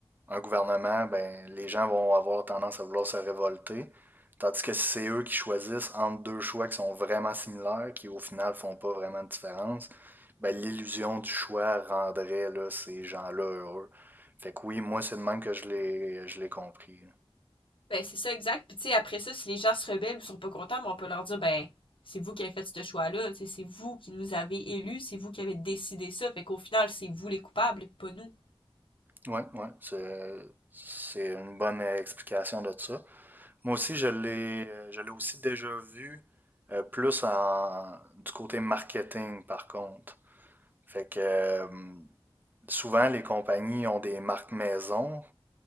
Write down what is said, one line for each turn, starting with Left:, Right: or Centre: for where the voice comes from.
Right: un gouvernement, ben, les gens vont avoir tendance à vouloir se révolter. Tandis que si c'est eux qui choisissent entre deux choix qui sont vraiment similaires, qui au final font pas vraiment de différence, ben, l'illusion du choix rendrait, là, ces gens-là heureux. Fait que oui, moi, c'est de même que je l'ai, je l'ai compris.
Left: Ben, c'est ça, exact. Puis, tu sais, après ça, si les gens se rebellent ou sont pas contents, ben, on peut leur dire, ben, c'est vous qui avez fait ce choix-là. Tu C'est vous qui nous avez élus, c'est vous qui avez décidé ça. Fait qu'au final, c'est vous les coupables, pas nous.
Right: Ouais, ouais, c'est c'est une bonne euh, explication de ça. Moi aussi, je l'ai euh, je l'ai aussi déjà vu euh, plus en, du côté marketing, par contre. Fait que euh, souvent, les compagnies ont des marques maison